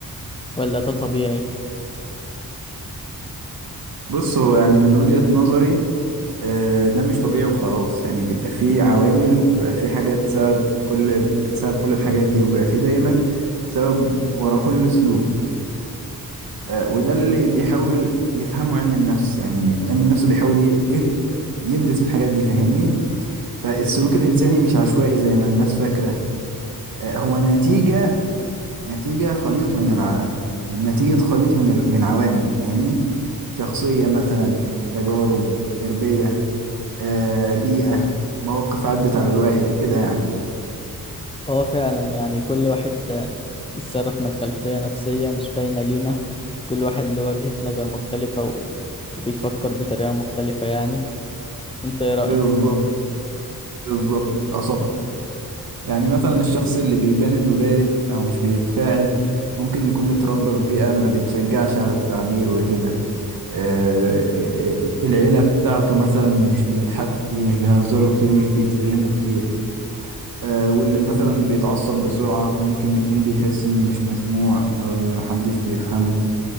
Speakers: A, on the left; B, on the right.
A: ولا ده طبيعي
B: بص هو يعني من وجهة نظري آه، ده مش طبيعي وخلاص يعني بيبقى فيه عوامل وبيبقى فيه حاجات سبب كل ال- سبب كل الحاجات دي وبيبقى فيه دايما سبب ورا كل سلوك آه، وده اللي بيحاول يفهمه علم النفس يعني علم النفس بيحاول ي- ي- يدرس الحاجات دي فاهمني فالسلوك الإنساني مش عشوائي زي ما الناس فاكرة آه، هو نتيجة نتيجة خليط من الع... نتيجة خليط من ال... من عوامل فاهمني شخصية مثلا تجارب تربية آه، بيئة مواقف عدت على الواحد كده يعني
A: اه فعلا يعني كل واحد آه، بيتصرف من خلفية نفسية مش باينة لينا كل واحد له وجهة نظر مختلفة و... وبيفكر بطريقة مختلفة يعني انت ايه رأيك؟
B: بالظبط بالظبط أصبت يعني مثلا الشخص اللي بيبان إنه بارد أو مش بيتفاعل ممكن يكون اتربى في بيئة ما بتشجعش على التعبير وكده آه، آه، آه، العيلة بتاعته مثلا مش بيضحكوا كتير مش بيهزروا كتير مش بيتكلموا كتير آه، واللي مثلا بيتعصب بسرعة ممكن يكون بيحس إنه مش مسموع أو إن محدش بيفهمه